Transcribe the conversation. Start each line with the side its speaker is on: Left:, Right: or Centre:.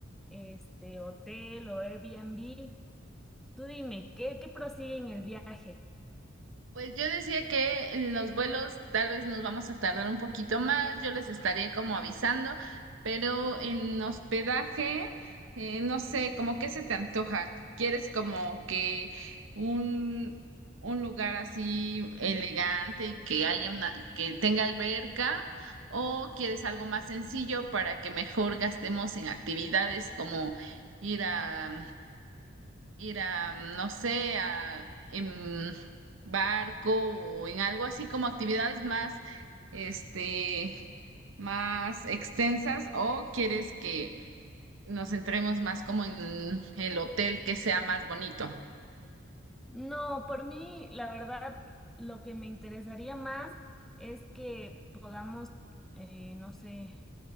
Centre: este, hotel o Airbnb? Tú dime, ¿qué, qué prosigue en el viaje?
Right: Pues yo decía que en los vuelos tal vez nos vamos a tardar un poquito más, yo les estaría como avisando, pero en hospedaje, eh, no sé, como qué se te antoja. ¿Quieres como que un, un lugar así elegante y que haya una, que tenga alberca? ¿O quieres algo más sencillo para que mejor gastemos en actividades como ir a ir a, no sé, a, en barco o en algo así como actividades más, este, más extensas o quieres que nos centremos más como en el hotel que sea más bonito?
Centre: No, por mí, la verdad, lo que me interesaría más es que podamos, eh, no sé,